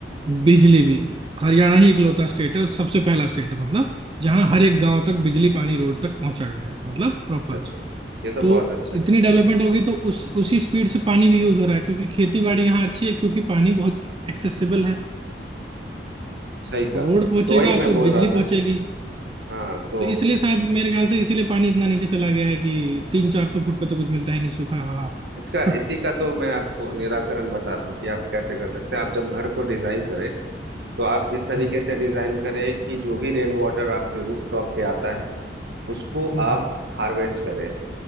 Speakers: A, on the right (about 30°); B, on the right (about 65°).
A: बिजली भी हरियाणा ही इकलौता स्टेट है और सबसे पहला स्टेट है मतलब जहाँ हर एक गांव तक बिजली पानी रोड तक पहुंचा गया है मतलब प्रॉपर
B: अच्छा अच्छा। ये तो
A: तो
B: बहुत अच्छा है
A: इतनी डेवलपमेंट होगी तो उस उसी स्पीड से पानी भी यूज हो रहा है क्योंकि खेती बाड़ी यहाँ अच्छी है क्योंकि पानी बहुत एक्सेसिबल है
B: सही का
A: रोड पहुंचेगा
B: तो वही मैं
A: तो
B: बोल
A: बिजली
B: रहा था
A: पहुंचेगी
B: हाँ तो
A: तो इसलिए शायद मेरे ख्याल से इसीलिए पानी इतना नीचे चला गया है कि तीन चार सौ फुट पे तो कुछ मिलता ही नहीं सूखा हवा
B: इसका इसी
A: <laughs>
B: का तो मैं आपको निराकरण बता रहा हूँ कि आप कैसे कर सकते हैं आप जब घर को डिजाइन करें तो आप इस तरीके
A: हम्म
B: से डिजाइन करें कि जो भी रेन वाटर आपके रूफ टॉप पे आता है उसको
A: हम्म
B: आप हार्वेस्ट करें